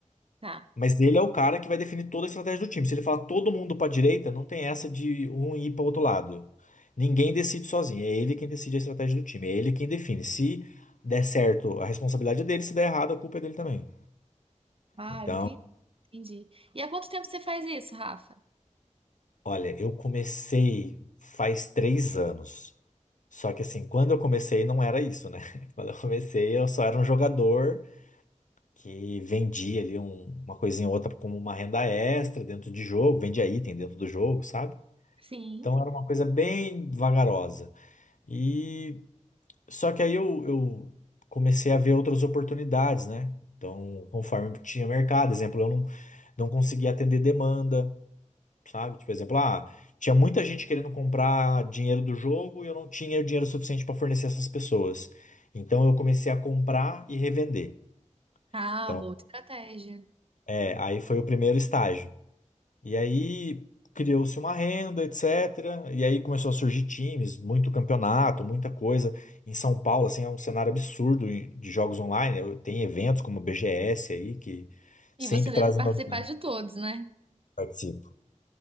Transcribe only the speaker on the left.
Mas ele é o cara que vai definir toda a estratégia do time. Se ele falar todo mundo para direita, não tem essa de um ir para outro lado. Ninguém decide sozinho. É ele quem decide a estratégia do time. É ele quem define. Se der certo, a responsabilidade é dele. Se der errado, a culpa é dele também.
Então,
Olha, eu comecei faz três anos. Só que assim, quando eu comecei não era isso, né? <laughs> Quando eu comecei, eu só era um jogador que vendia ali um- uma coisinha ou outra como uma renda extra dentro de jogo, vendia item dentro do jogo, sabe?
Então era uma coisa bem vagarosa. E só que aí eu, eu comecei a ver outras oportunidades, né? Então, conforme tinha mercado, exemplo, eu não, não conseguia atender demanda. Sabe? Tipo, exemplo, ah, tinha muita gente querendo comprar dinheiro do jogo e eu não tinha dinheiro suficiente para fornecer essas pessoas. Então eu comecei a comprar e revender.
Então,
é, aí foi o primeiro estágio. E aí criou-se uma renda, etc. E aí começou a surgir times, muito campeonato, muita coisa. Em São Paulo, assim, é um cenário absurdo de jogos online. Eu- Tem eventos como o BGS aí que sempre
trazem
novidade.
Participo.